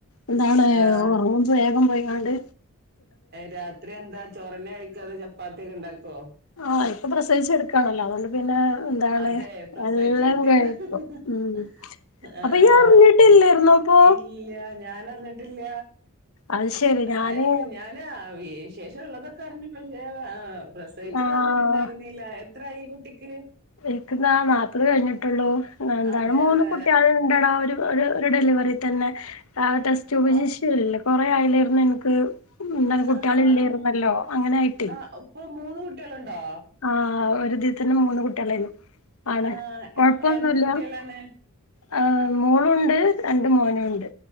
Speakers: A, on the left; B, on the right.
A: എന്താണ്
B: ആ
A: ഓറുബേ വേഗം പോയിക്കാണ്ട്
B: രാത്രി എന്താ ചോരണെ കഴിക്കാഅതെ ചപ്പാത്തിയക്കെ ഉണ്ടാക്കുവോ
A: അ ഇപ്പൊ പ്രസേദിച്ച എടുക്കയാണല്ലോ അതുകൊണ്ട് പിന്നെ എന്താണ്
B: അതെ പ്രസഹിച്ചെടുക്ക
A: എല്ലാം കഴിക്കും
B: <unintelligible>
A: ഉം
B: ആ
A: അപ്പൊ ഇയ്യ്
B: ആആ
A: അറിഞ്ഞിട്ടില്ലേരുന്നോ അപ്പൊ
B: ഇല്ല ഞാന റിഞ്ഞിട്ടില്ല
A: അത് ശെരി ഞാന്
B: അല്ല ഞാന ശേഷംള്ളതൊക്കെ അറിഞ്ഞു പിന്നെ അ പ്രസവിച്ചച്ച്
A: ആഹ്
B: അരിഞ്ഞിട്ടുണ്ടായിരുന്നില്ല എത്രായിഈ കുട്ടിക്ക്
A: ഇരിക്കുന്നാ നാല്പത് കഴിഞ്ഞിട്ടുള്ളൂ എന്താണ്
B: അതെ
A: മൂന്ന്
B: അതെ
A: കുട്ടികള ഇണ്ടടാ ഒരു ഒരു ഒരു ഡെലിവറി തന്നെ ആ ടെസ്റ്റ് ബ്
B: ആ
A: ശിശുല്ലേ കൊറെ ആയല്ലായിരുന്നു എനിക്ക് എന്താണ് കുട്ടിൾ
B: ആ ആ
A: ഇല്ലരുന്നല്ലോ
B: ആ,
A: അങ്ങനെയിട്ട്
B: ആ, ഇപ്പൊ മൂന്ന് കുട്ടികളുണ്ടോ
A: ആഒരുതിതന്നെ മൂന്ന് കുട്ട ലെന്നു
B: ആ
A: അണ്
B: ആ
A: കുഴപ്പൊന്നുല്ല
B: എ- എന്ത് കുട്ടികളാണ്
A: ഹെ മോളുണ്ട് രണ്ട് മോനുണ്ട്